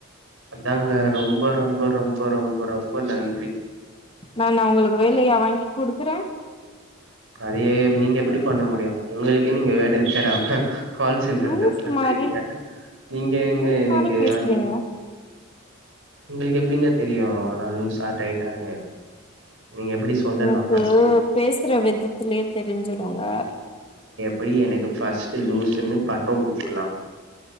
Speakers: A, on the right; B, on the left.
A: அதாங்க ரொம்ப ரொம்ப ரொம்ப ரொம்ப ரொம்ப நன்றி.
B: நானு உங்களுக்கு வேலையா வாங்கி குடுக்குறே
A: அத ஏய் நீங்க எப்படி பண்ண முடியும் உங்களுக்கே நீங்க வேல தேடாம கால் சென்டர்
B: லூஸ்
A: கிட்ட பண்றீங்க
B: மாரி
A: நீங்க எங்க
B: லூஸ்
A: இன்னைக்கு
B: மாரி பேசுறீங்க
A: வாங்கி உங்களுக்கு எப்டிங்க தெரியு நா லாசா டைட்டானு நீங்க எப்டி சொல்லலா
B: எனக்கு
A: ஃபர்ஸ்ட்டு
B: பேசுற விதத்துலயே தெரிஞ்சுடுங்க
A: புரியு எனக்கு ஃபர்ஸ்ட்டு லூசுன்னு பட்டோ குடுக்கலா